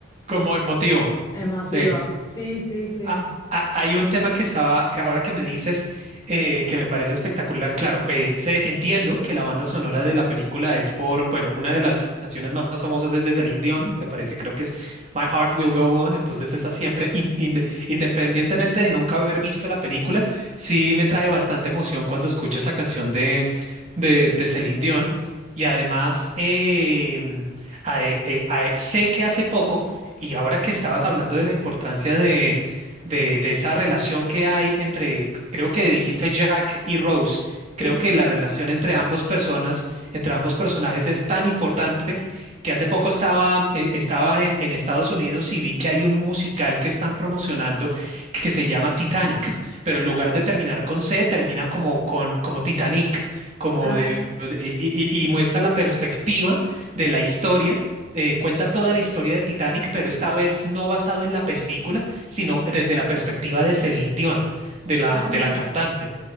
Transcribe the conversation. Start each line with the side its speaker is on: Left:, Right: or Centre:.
Right: Como emotivo.
Left: emotivo.
Right: Sí.
Left: Sí, sí, sí,
Right: Ah, ah, hay un tema que estaba, que ahora que me dices, eh, que me parece espectacular. Claro, eh, sé- entiendo que la banda sonora de la película es por, bueno, una de las canciones más famosas es de Celine Dion, me parece, creo que es My Heart Will Go On. Entonces, esa siempre, in- in- independientemente de nunca haber visto la película, sí me trae bastante emoción cuando escucho esa canción de, de, de Celine Dion. Y además, em, a- eh, eh, a- sé que hace poco, y ahora que estabas hablando de la importancia de de, de esa relación que hay entre, creo que dijiste Jack y Rose. Creo
Left: sí.
Right: que la relación entre ambos personas, entre ambos personajes es tan importante que hace poco estaba, eh, estaba en, en Estados Unidos y vi que hay un musical que están promocionando que se llama Titanic, pero en lugar de terminar con C, termina como con como Titanic, como
Left: Ah,
Right: de, de- y, y- y muestra la perspectiva de la historia. eh, cuenta toda la historia de Titanic, pero esta vez no basado en la película, sino desde la perspectiva de Celine Dion, de la,
Left: ah,
Right: de la cantante.